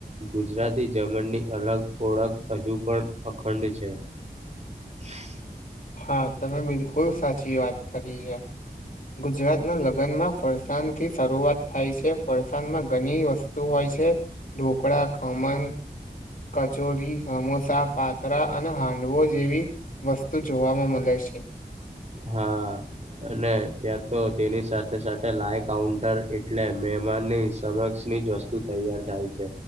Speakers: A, on the right; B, on the left.
A: ગુજરાતી જર્મનની અલગ ઓળખ હજુ પણ અખંડ છે. <inaudible>
B: હા તમે બિલકુલ સાચી વાત કરી છે ગુજરાતના લ ગનમાં ફરસાણથી શરૂઆત થાય છે ફરસાણમાં ઘણી વસ તુ હોય છે ઢોકળા ખમણ કચોરી સમોસા પાત્રા અને હાંડવો જેવી વસ્તુ જોવામાં મળે છે. છે.
A: હા, અને ત્યાં તો તેની સાથે સાથે લાઈવ કાઉન્ટર એટલે મે <inaudible> હમાની સમક્ષની જ વસ્તુ તૈયાર થાય છે.